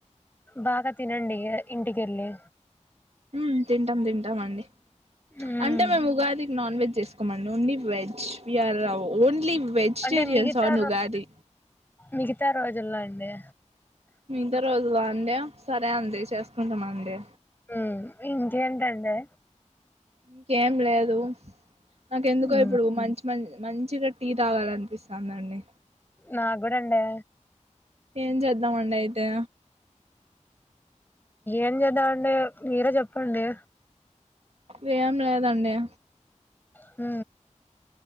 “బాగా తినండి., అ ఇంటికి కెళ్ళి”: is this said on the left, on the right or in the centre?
Left